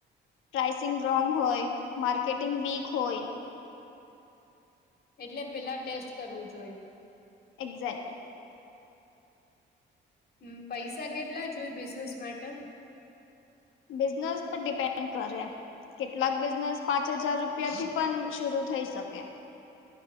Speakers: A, on the left; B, on the left.
A: પ્રાઇસિંગ રોંગ હોય માર્કેટિંગ વીક હોય
B: એટલે પેલા ટેસ્ટ કરવું જોઈ
A: એક્ઝાક્ટલી
B: હમ પૈસા કેટલા જો હોય બિઝનેસ માટે
A: બિઝનેસ પર ડિપેન્ડ કરે કે કેટલાક બિઝનેસ પાંચ હજાર રૂપિયા થી પણ શરરૂ થઈ શકે